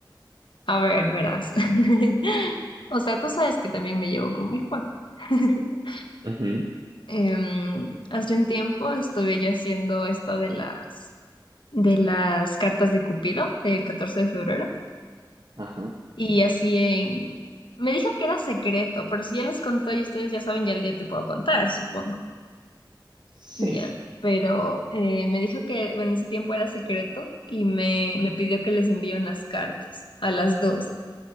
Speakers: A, on the left; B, on the right.
A: a ver, verás. <laughs> O sea, tú sabes que también me llevo con el Juan. <laughs>
B: Ujú,
A: Em, hace un tiempo estuve yo haciendo esto de las, de las cartas de Cupido del 14 de febrero.
B: Ajá.
A: Y así en... Me dijo que era secreto, pero si ya les contó y ustedes ya saben, ya, ya te puedo contar, supongo.
B: Sí.
A: Ya. Pero eh, me dijo que en ese tiempo era secreto y me, me pidió que les envíe unas cartas a las dos.